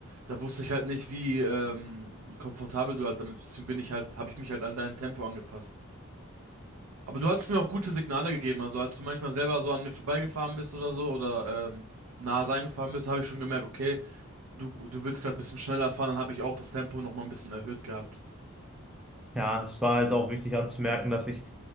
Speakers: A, on the right; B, in the centre.
A: Da wusste ich halt nicht, wie ähm, komfortabel du halt damit bist. Deswegen bin ich halt, habe ich mich halt an dein Tempo angepasst. Aber du hattest mir auch gute Signale gegeben, also als du manchmal selber so an mir vorbeigefahren bist oder so oder ähm, nah reingefahren bist, habe ich schon gemerkt, okay, du, du willst gerade ein bisschen schneller fahren, dann habe ich auch das Tempo nochmal ein bisschen erhöht gehabt.
B: Ja, es war halt auch wichtig anzumerken, dass ich